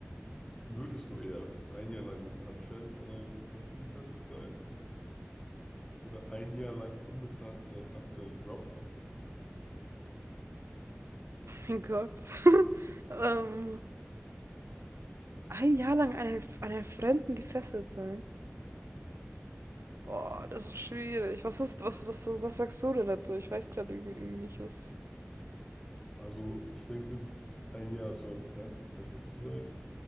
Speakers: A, on the left; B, on the right.
A: Würdest du eher ein Jahr lang mit Handschellen an einem Fremden gefesselt sein oder ein Jahr lang unbezahlt in deinem aktuellen Job arbeiten?
B: mein Gott. <laughs> Ähm, Ein Jahr lang an einen, an einen Fremden gefesselt sein. Boah, das ist schwierig. Was ist, was, was, was, was sagst du denn dazu? Ich weiß gerade irgendwie, irgendwie nicht, was.
A: Also ich denke, ein Jahr zu einem Fremden gefesselt zu sein,